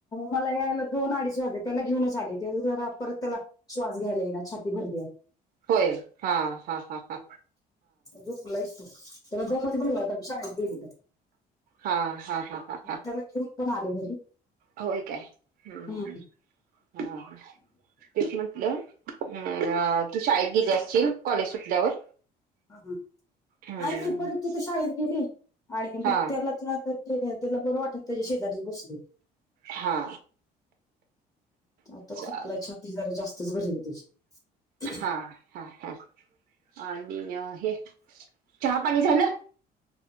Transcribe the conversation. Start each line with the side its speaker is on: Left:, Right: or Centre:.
Left: मला यायला दोन अडीच वाजले, त्याला घेऊनच आले, तेच जरा परत त्याला श्वास घ्यायला येईना, छाती भरली ये.
Right: होय, हां हां हां.
Left: झोपलाय तो, <unintelligible> त्याला झोपायच भरलं, शाळेत गेली तर
Right: हां हां हा. हा
Left: त्याला घेऊन पण आले घरी.
Right: होय काय, ह्म
Left: हा,
Right: ह्म. तेच म्हटलं ह्म अ तू शाळेत गेली असशील, कॉलेज सुटल्यावर.
Left: हं हं
Right: हम्म
Left: नाही मी परत तिथ शाळेत गेली आणि
Right: हा
Left: मग त्याला त <unintelligible> ते त्यांला बरं वाटेल, त्याच्या शेजारी बसले.
Right: हा.
Left: आताच
Right: चाल
Left: झोपला, छाती जरा जास्तच भरली त्याची.
Right: हां हां हं हं आणि हे चहा पाणी झालं?